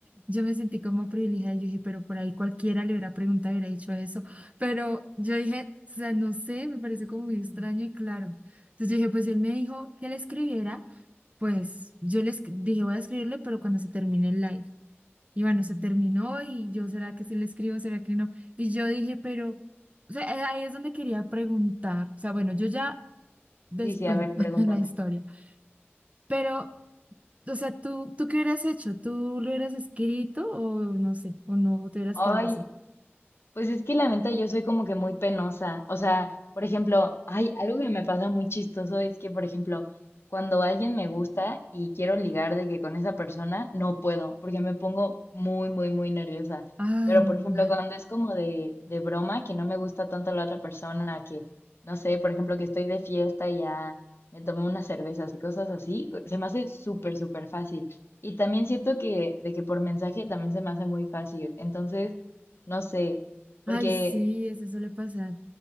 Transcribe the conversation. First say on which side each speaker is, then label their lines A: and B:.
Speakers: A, on the right; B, on the left.
A: Yo me sentí como privilegiada, y yo dije, pero por ahí cualquiera le hubiera preguntado, hubiera dicho eso, pero yo dije, o sea, no sé, me pareció como muy extraño y claro. Entonces yo dije, pues él me dijo que le escribiera, pues yo le esc- dije, voy a escribirle, pero cuando se termine el live. Y bueno, se terminó y yo, ¿será que sí le escribo, será que no? Y yo dije, pero, o sea, eh, ahí es donde quería preguntar, o sea, bueno, yo ya, des,
B: Sí, sí,
A: bueno,
B: a ver,
A: <laughs>
B: pregúntame.
A: la historia. Pero o sea, ¿tú, tú qué hubieras hecho? ¿Tú lo hubieras escrito o no sé, o no, o te hubieras
B: Ay,
A: quedado así?
B: Pues es que la neta yo soy como que muy penosa. O sea, por ejemplo, hay algo que me pasa muy chistoso es que, por ejemplo, cuando alguien me gusta y quiero ligar de que con esa persona, no puedo, porque me pongo muy, muy, muy nerviosa.
A: Ay,
B: Pero,
A: no.
B: por ejemplo, cuando es como de, de broma, que no me gusta tanto la otra persona, que, no sé, por ejemplo, que estoy de fiesta y ya me tomo unas cervezas y cosas así, se me hace súper, súper fácil. Y también siento que, de que por mensaje también se me hace muy fácil. Entonces... No sé,
A: ay,
B: porque
A: sí, eso suele pasar.